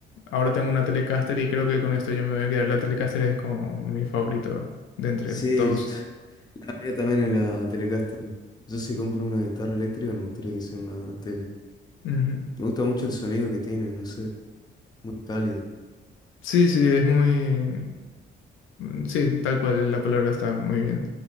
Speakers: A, on the left; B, on the left.
A: ahora tengo una Telecaster y creo que con esto ya me voy a quedar. La Telecaster es como mi favorito de entre
B: Sí,
A: todos.
B: <laughs> la mía también es la Telecaster. Yo si compro una guitarra eléctrica me gustaría que sea una tele.
A: Ujú.
B: Me gusta mucho el sonido que tiene, no sé, muy cálido.
A: Sí, sí, es muy, Mm, Sí, tal cual la palabra está muy bien.